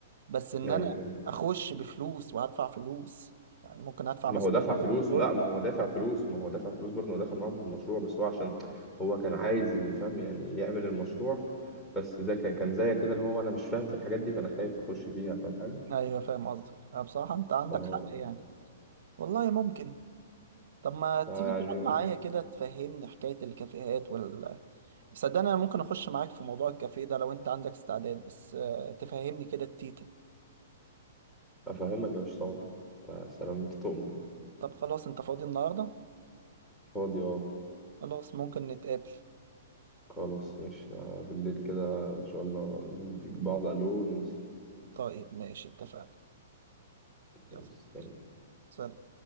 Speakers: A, on the right; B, in the centre.
A: بس إن
B: ايوه
A: أنا أخش بفلوس وهدفع فلوس يعني ممكن أدفع
B: ما
A: مثلا
B: هو دافع فلوس
A: ممكن تقول
B: لا ما هو دافع فلوس ما هو دافع فلوس برضه هو دخل معاهم في المشروع بس هو عشان هو كان عايز يفهم يعني يعمل المشروع بس ده كان كان زي كده اللي هو انا مش فاهم في الحاجات دي فانا خايف اخش فيها فاهم حاجه
A: أيوه فاهم قصدك أه بصراحة أنت عندك
B: فهو
A: حق يعني والله ممكن طب ما تيجي
B: فيعني
A: تقعد معايا كده تفهمني حكاية الكافيهات وال صدقني أنا ممكن أخش معاك في موضوع الكافيه ده لو أنت عندك استعداد بس آه، تفهمني كده التيتا
B: افهمك يا باشا طبعا يا سلام انت تؤمر يعني.
A: طب خلاص أنت فاضي النهاردة
B: فاضي اه
A: خلاص ممكن نتقابل
B: خلاص ماشي آه، بالليل كده ان شاء الله نديك بعض الو وننزل
A: طيب ماشي اتفقنا يلا
B: خلاص تمام.
A: سلام